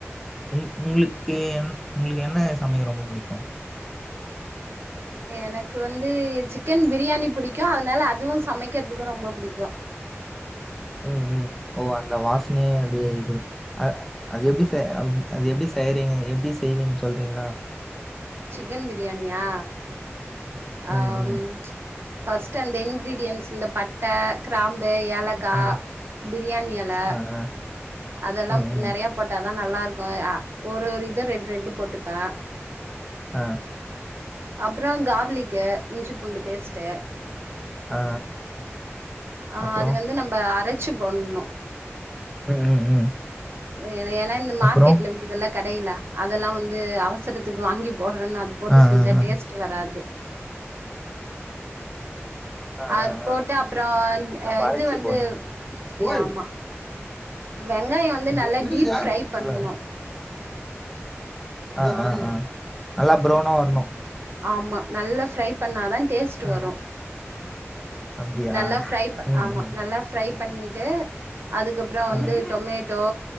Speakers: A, in the centre; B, on the right.
A: ம் உங்களுக்கு என் உங்களுக்கு என்ன சமைக்க ரொம்ப புடிக்கு
B: எனக்கு வந்து சிக்கன் பிரியாணி புடிக்கு அதனால அதுவு சமைக்கற்துக்கு ரொம்ப புடிக்கு
A: <inaudible> ம் ம் ஓ அந்த வாசனையே அப்டியே இது அ அது எப்டி செ அவ்ரு அது எப் எப்டி செய்றீங்க எப்டி செய்வீங்கன் சொல்றீங்ளா
B: சிக்கன் பிரியாணியா
A: ம்,
B: அம்
A: ம்.
B: ஃப்ஸ்ட் அந் இன்ங் கிரீடியன்ஸ் இந்த பட்ட கிராம்பு ஏலக்கா
A: ஆ,
B: பிரியாணி எல
A: ஆ, ஆ.
B: அதெல்லாம்
A: ம்,
B: பு
A: ம்.
B: நெறைய போட்ட தா நல்லா இருக் ருக்குயா ஒரு ஒரு இத ரெண்டு ரெண்டு போட்டுப்பே
A: ஆ
B: அப்றோ கார்லிக்கு இஞ்சி பூண்டு பேஸ்ட்டு
A: ஆ ஆ
B: ஆ
A: அப்றோ
B: அது வந்து நம்ம அரைச்சு போட்ணு
A: ம் ம் ம்
B: னு ஏனா இந்த மார்க்கெட்ல
A: அப்புறம்?
B: விக்கிதுல்ல கடையில அதெல்லா வந்து அவசரத்துக்கு வாங்கிப் போட்றேன்னு அது போட்டு
A: ஆ, ஆ,
B: செஞ்சா
A: ஆ.
B: டேஸ்ட்டு வராது
A: ஆ,
B: அது
A: ஆ,
B: போட்டு
A: ஆ.
B: அப்றோ
A: நம்ம
B: அ
A: அரைச்சு
B: இது வந்து
A: போடணுமா?
B: ஏ
A: ஓய்!
B: ஆமா வெங்காய வந்து
A: எது?
B: நல்லா
A: இருக்குதா?
B: டீப் ஃப்ரை பண்ணு
A: சொல்லுங்க. ஆ ஆ ஆ நல்லா ப்ரௌனா வரணு
B: ஆமா நல்லா ஃப்ரை பண்ணாதான் டேஸ்ட்டு
A: ஆ.
B: வரு
A: அப்படியா?
B: நல்லா ஃப்ரைப்
A: ம்,
B: ஆமா
A: ம்.
B: நல்லா ஃப்ரை பண்ணிட்டு அதுக்கப்ற வந்து
A: ஆ. ம்,
B: டொமேட்டோ